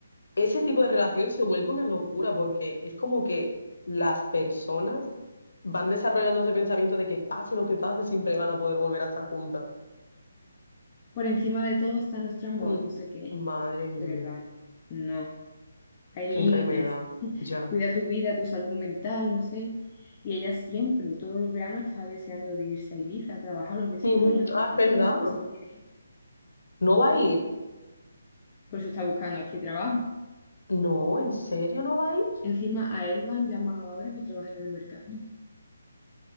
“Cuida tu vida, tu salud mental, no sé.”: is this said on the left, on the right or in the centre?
Left